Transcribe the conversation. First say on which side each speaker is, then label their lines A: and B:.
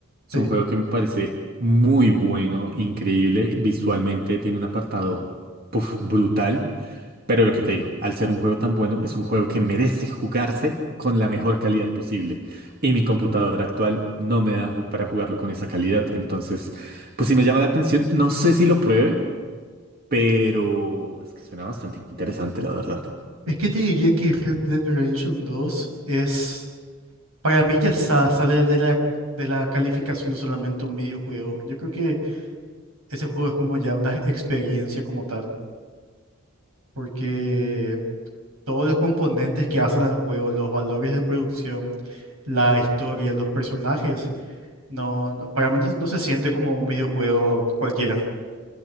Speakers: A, on the right; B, on the right.
A: Sí.
B: Es un juego que me parece muy bueno, increíble. Visualmente tiene un apartado, puf, brutal. Pero lo que te digo, al ser un juego tan bueno, es un juego que merece jugarse con la mejor calidad posible. Y mi computadora actual no me da ju- para jugarlo con esa calidad. Entonces, pues sí me llama la atención. No sé si lo pruebe, pero es que suena bastante interesante, la verdad.
A: Es que te diría que Red Dead Redemption 2 es. Para mí ya sa- sale de la, de la calificación no solamente un videojuego. Yo creo que ese juego es como ya una experiencia como tal, porque todos los componentes que hacen al juego, los valores de producción, la historia, los personajes, no, no- para mí no, no se siente como un videojuego cualquiera.